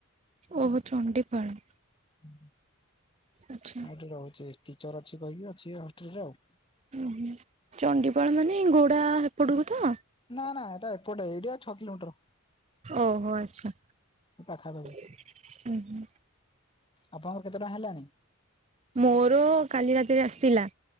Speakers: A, on the right; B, on the left.
A: ଓହୋ ଚଣ୍ଡିପାଳ।
B: ହୁଁ।
A: ଆଛା।
B: ଏଠି ରହୁଛି ଟିଚର ଅଛି କହିକି ଅଛି ହଷ୍ଟେଲରେ ଆଉ।
A: ଉଁ ହୁଁ ଚଣ୍ଡିପାଳ ମାନେ ଗୋଡା ହେପଟୁକୁ ତ।
B: ନା ନା ଏଟା ଏପଟେ ଏଇଠୁ ଆଉ ଛଅ କିଲୋମିଟର।
A: ଓହୋ ଆଚ୍ଛା
B: ପାଖାପାଖି
A: ଉଁ ହୁଁ।
B: ଆପଣଙ୍କର କେତେ ଟଙ୍କା ହେଲାଣି?
A: ମୋର କାଲି ରାତିରେ ଆସିଲା।